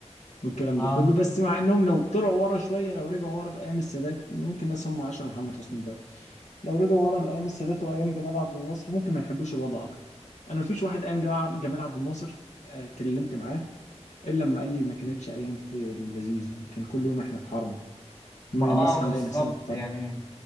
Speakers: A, on the left; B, on the left.
A: والكلام
B: اه
A: ده كله بس مع إنهم لو طلعوا ورا شوية لو رجعوا ورا لأيام السادات ممكن ناس هم عاشروا محمد حسني ده لو رجعوا ورا لايام السادات وايام جمال عبد الناصر ممكن ما يحبوش الوضع اكتر انا مفيش واحد ايام جمال جمال عبد الناصر آه، كلمت معاه الا لما قال لي ما كانتش ايام في اللذيذ يعني كان كل يوم احنا في حرب
B: ما
A: من
B: آه
A: نصحى
B: بالظبط
A: نلاقي نفسنا في حرب
B: يعني